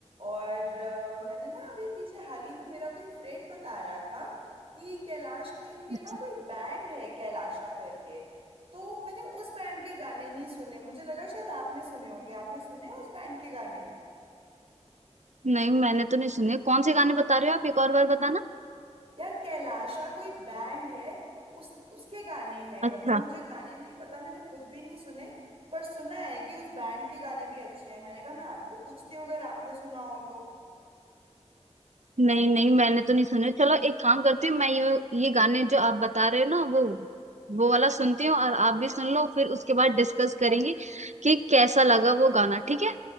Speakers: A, on the right; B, on the right.
A: और अ, मैंने ना अभी पीछे हाल ही में मेरा कोई फ्रेंड बता रहा था कि कैलाश खेर के
B: अच्छा
A: ना कोई बैंड है कैलाशा करके तो मैंने उस बैंड के गाने नहीं सुने मुझे लगा शायद आपने सुने होंगे आपने सुने हैं उस बैंड के गाने
B: नहीं मैंने तो नहीं सुने कौन से गाने बता रहे हो आप एक और बार बताना
A: यार कैलाशा कोई बैंड है उस उसके गाने हैं मतलब
B: अच्छा
A: मुझे गाने नहीं पता मैंने खुद भी नहीं सुने पर सुना है कि उस बैंड के गाने भी अच्छे हैं मैंने कहा मैं आपको पूछती हूँ अगर आपने सुना हो तो
B: नहीं नहीं मैंने तो नहीं सुने चलो एक काम करती हूँ मैं ये ये गाने जो आप बता रहे हो ना वो वो वाला सुनती हूँ और आप भी सुन लो फिर उसके बाद डिस्कस करेंगे कि कैसा लगा वो गाना ठीक है